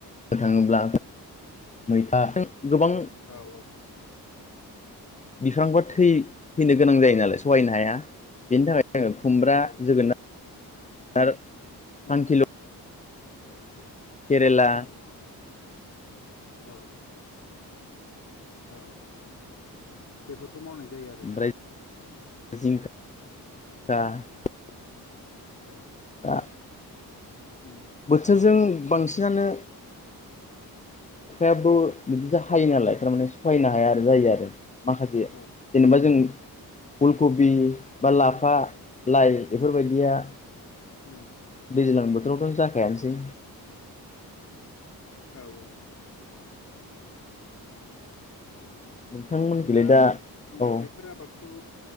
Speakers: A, on the left; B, on the left.
A: बुंनो थाङोब्ला मैथा गोबां
B: औ
A: बिफांबा थै गोनां जायो नालाय सहायनो हाया। बेनि थाखाय खुमब्रा,
B: औ औ
A: जोगोनार आरो
B: उम
A: खांखिलर <inaudible> केरेला
B: औ औ औ बेफोर खौ मावनाय जायो आरोना
A: ओमफ्राय जिंखा <unintelligible>
B: औ
A: दा
B: उम
A: बोथोरजों बांसिनानो अखायाबो बिदिजा हायो नालाय थारमाने सहायनो हाया आरो जायो आरो माखासे
B: औ
A: जेनेबा जों फुलकबि बा लाफा लाइ बेफोरबायदिया
B: हो
A: दैज्लां बोथोरावथ' जाखायानोसै
B: औ-औ
A: नोंथांमोनखौलाय
B: दाब
A: दा
B: नो
A: औ
B: बेफोर आबादखौ